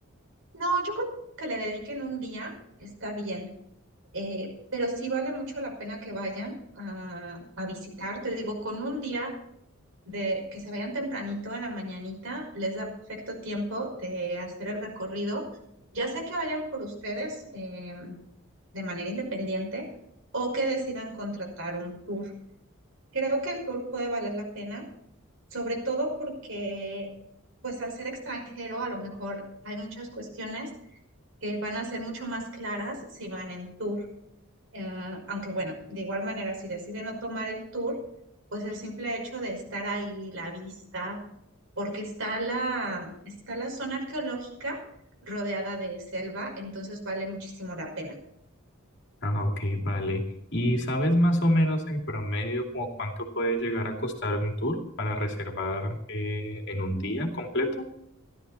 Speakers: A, on the right; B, on the left.
A: No, yo creo que le dediquen un día, está bien, Eh, pero sí vale mucho la pena que vayan a, a visitar. Te digo, con un día de que se vayan tempranito en la mañanita, les da perfecto tiempo de hacer el recorrido, ya sea que vayan por ustedes eh, de manera independiente o que decidan contratar un tour. Creo que el tour puede valer la pena, sobre todo porque, pues al ser extranjero, a lo mejor hay muchas cuestiones que van a ser mucho más claras si van en tour. Eh, aunque bueno, de igual manera, si deciden no tomar el tour, pues el simple hecho de estar ahí, la vista, porque está la, está la zona arqueológica rodeada de selva, entonces vale muchísimo la pena.
B: Ah, ok, vale. ¿Y sabes más o menos en promedio como cuánto puede llegar a costar un tour para reservar eh, en un día completo?